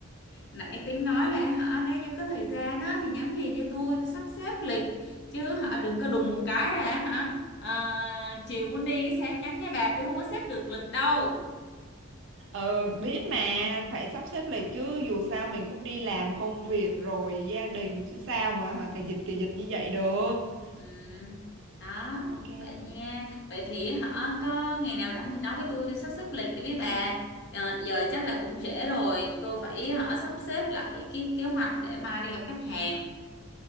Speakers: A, on the left; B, on the right.
A: Nãy tính nói là hả nếu như có thời gian á thì nhắn liền cho tôi tôi sắp xếp lịch chứ hả đừng có đùng một cái là hả à, chiều muốn đi cái sáng nhắn nha bà tôi không có xếp được lịch đâu
B: Ừ biết mà phải sắp xếp lịch chứ dù sao mình cũng đi làm công việc rồi gia đình chứ sao mà hả, cà dịch cà dịch như vậy được
A: ừ. đó
B: Ok
A: vậy nha vậy thì hả có ngày nào rảnh thì nói với tôi tôi sắp xếp lịch đi với bà Ờ, giờ chắc là cũng trễ rồi tôi phải hả sắp xếp lại cái kế hoạch để mai đi gặp khách hàng